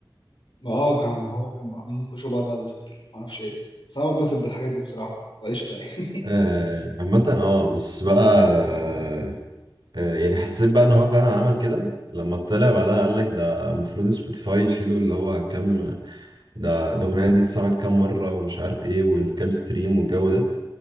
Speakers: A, on the left; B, on the right.
A: ما اه كان- ما هو كانوا عاملين يكوشوا بعض على تويتر ما اعرفش ايه بس انا بتبسط بالحاجات دي بصراحه فقشطه يعني
B: آه عامة اه بس بقى آه آه، يعني حسيت بقى ان هو فعلا عمل كده لما طلع بعدها قال لك ده المفروض سبوتيفاي يشيلوا اللي هو كام ده الاغنية دي اتسمعت كام مرة ومش عارف ايه والكام ستريم والجو ده